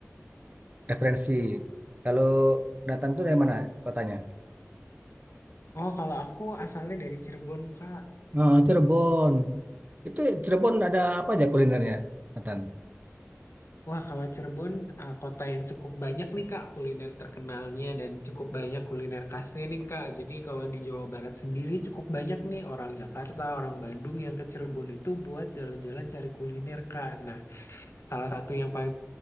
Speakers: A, on the right; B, on the left.
A: referensi. Kalau Nathan tuh dari mana kotanya?
B: Oh kalau aku asalnya dari Cirebon Kak.
A: Oh, Cirebon. Itu Cirebon ada apa aja kulinernya, Nathan?
B: Wah kalau Cirebon eh, kota yang cukup banyak nih Kak kuliner terkenalnya dan cukup banyak kuliner khasnya nih Kak. Jadi kalau di Jawa Barat sendiri cukup banyak nih orang Jakarta, orang Bandung yang ke Cirebon itu buat jalan-jalan cari kuliner Kak. Nah salah satu yang paling